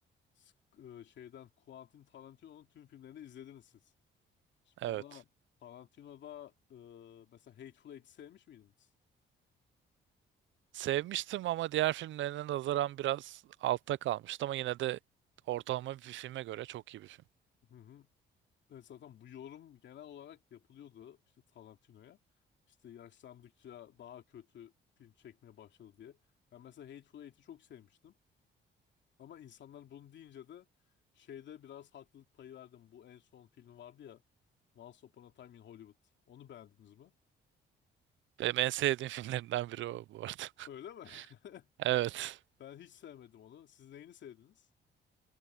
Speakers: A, on the left; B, on the right.
A: Sk- e, şeyden Quentin Tarantino'nun tüm filmlerini izlediniz siz. Ona
B: evet.
A: Tarantino'da e, mesela Hateful Eight'i sevmiş miydiniz?
B: Sevmiştim ama diğer filmlerine nazaran biraz altta kalmıştı ama yine de ortalama bir filme göre çok iyi bir film.
A: Hı hı. Evet, zaten bu yorum genel olarak yapılıyordu işte Tarantino'ya. İşte yaşlandıkça daha kötü film çekmeye başladı diye. Ben mesela Hateful Eight'i çok sevmiştim. Ama insanlar bunu deyince de şeyde biraz haklılık payı verdim. Bu en son film vardı ya Once Upon a Time in Hollywood. Onu beğendiniz mi?
B: Benim en sevdiğim filmlerinden biri o bu arada. <laughs>
A: Öyle mi? <laughs>
B: Evet.
A: Ben hiç sevmedim onu. Siz neyini sevdiniz?